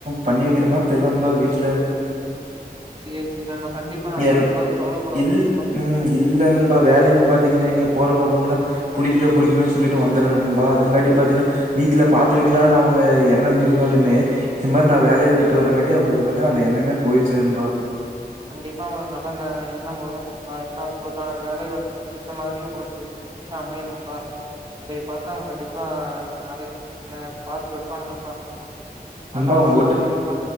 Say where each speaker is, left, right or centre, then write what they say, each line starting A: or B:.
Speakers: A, on the right; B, on the right.
A: பண்ணி வெக்கிற மாரி தெரில நண்பா வீட்ல
B: சேரி சேரி நண்பா கண்டிப்பா நடக்கு
A: என்
B: நண்பா கவலப்படாதிங்க
A: இல்
B: நண்பா
A: ம் இல்ல நண்பா வேலையு பாத்திங்கன்னா வையிங்க போற பாக்கமெல்லா புடிக்கல புடிக்கலனு சொல்லிட்டு வந்துட்ற நண்பா அதுங்காட்டி பாத்தீங்னா வீட்ல பாத்து வெக்கலாம்னு அவங்க எண்ணம் இருந்தாலுமே இந்த மார் நா வேலைய விட்டு வரேங்காட்டி அவங்களுக்கு பாத்தினா அந்த எண்ணமே போயிருச்சி நண்பா
B: கண்டிப்பா உங்களுக்கு நல்ல எண்ணம் வரும் நண்பா ஏன்னா உங்களுக்கான வேலை வந்து பிடிச்ச மாரி உங்களுக்கு சிக்கரு அமையு நண்பா அதைய பாத்து அவுங்க கண்டிப்பா அதைப் பாத்து வெப்பாங்க நண்பா
A: நண்பா
B: நல்ல முடிவே
A: உங்கிட்டுக்
B: வரும் நண்பா.